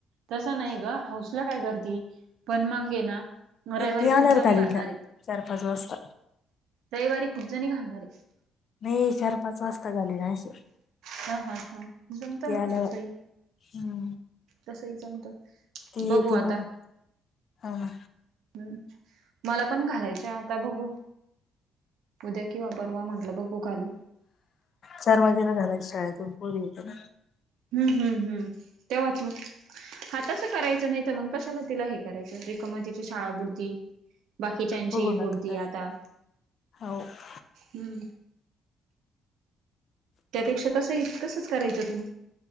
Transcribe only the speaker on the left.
नही ती आल्यावर
<unintelligible>
चार-पाच वाजता
नही, चार-पाच वाजता घालीन म्या अशी
ती
आल्यावर
हम्म
ती
येते
मग हो ना
चार वाजेला घालाय, शाळेतून पोरीं येती ना
बघू ना
काय
अ